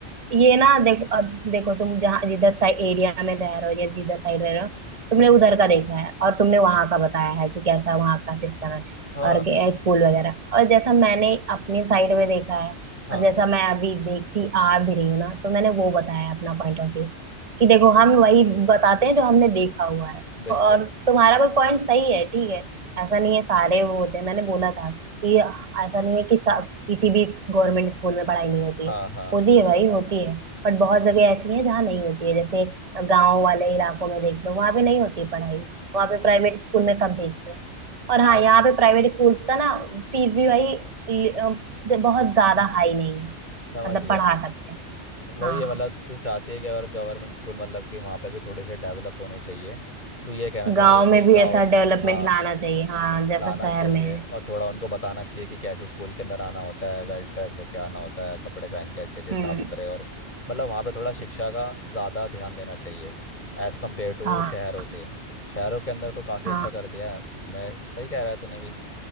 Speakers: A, on the right; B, on the left.
A: ये ना देखो अब देखो तुम जहाँ जिधर साइड एरिया में रह रहे हो या जिधर साइड रह रहे हो
B: हम्म
A: तुमने उधर का देखा है और तुमने वहां का बताया है कि कैसा वहां का सिस्टम है
B: हाँ
A: और के- स्कूल वगैरह और जैसा मैंने अपनी साइड में देखा है
B: हाँ
A: और जैसा मैं अभी देखती आ भी रही हूँ ना तो मैंने वो बताया है अपना पॉइंट ऑफ व्यू कि देखो हम वही बताते हैं जो हमने देखा हुआ है
B: बिल्कुल
A: और तुम्हारा भी पॉइंट सही है ठीक है ऐसा नहीं है सारे वो होते हैं मैंने बोला था कि ऐसा नहीं है कि किसी भी गवर्नमेंट स्कूल में पढ़ाई नहीं होती
B: हाँ
A: है
B: हाँ
A: होती है भाई होती है बट बहुत जगह ऐसी है जहाँ नहीं होती है जैसे गांव वाले इलाकों में देख लो वहां पे नहीं होती है पढ़ाई वहां पे प्राइवेट स्कूल में सब भेजते हैं और हाँ
B: आज
A: यहाँ पे प्राइवेट स्कूल का ना फीस भी भाई लि- अ, ज- बहुत ज्यादा हाई नहीं है
B: समझ
A: मतलब
B: गया
A: पढ़ा सकते हैं
B: वही
A: हाँ
B: है मतलब तू चाहती है कि अगर गवर्नमेंट स्कूल मतलब कि वहाँ पर भी थोड़े से डेवलप होने चाहिए तो ये कहना चाह
A: गांव
B: रही है कि
A: में भी
B: गाँव
A: ऐसा डेवलपमेंट
B: हाँ
A: लाना चाहिए हाँ जैसा
B: लाना
A: शहर
B: चाहिए
A: में है
B: और थोड़ा उनको बताना चाहिए कि कैसे स्कूल के अंदर आना होता है वेल ड्रेस होके आना होता है कपड़े पहन के अच्छे से
A: हम्म
B: साफ सुथरे और मतलब वहाँ पे थोड़ा शिक्षा का ज़्यादा ध्यान देना चाहिए एज़ कम्पेयर टू
A: हाँ
B: शहरों से शहरों के अंदर तो काफ़ी
A: हाँ
B: अच्छा कर दिया है मैं सही कह रहा है तूने भी